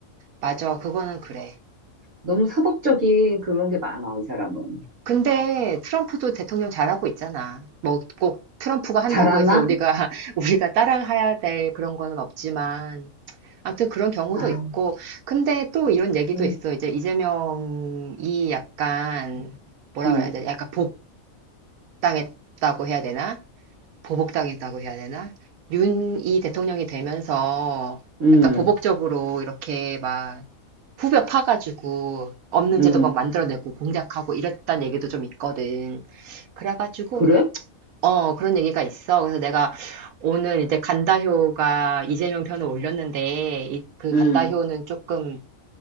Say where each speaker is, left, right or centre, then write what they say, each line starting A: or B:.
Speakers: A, on the right; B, on the right.
A: 맞아. 그거는 그래.
B: 너무 사법적인 그런 게 많아, 이 사람은.
A: 근데 트럼프도 대통령 잘하고 있잖아. 뭐 꼭 트럼프가 한다고
B: 잘하나?
A: 해서 우리가 <laughs> 우리가 따라해야 될 그런 거는 없지만, 아무튼 그런 경우도
B: 아,
A: 있고. 근데 또 이런 얘기도
B: 음,
A: 있어. 이제 이재명이 약간 뭐라고
B: 음,
A: 해야 돼? 약간 보복당했다고 해야 되나? 보복당했다고 해야 되나? 윤이 대통령이 되면서
B: 음,
A: 약간 보복적으로 이렇게 막 후벼 파가지고 없는
B: 음.
A: 제도 막 만들어내고 공작하고 이랬단 얘기도 좀 있거든. 그래가지고
B: 그래?
A: 어 그런 얘기가 있어. 그래서 내가 오늘 이제 간다효가 이재명 편을 올렸는데 이- 그
B: 음,
A: 간다효는 조금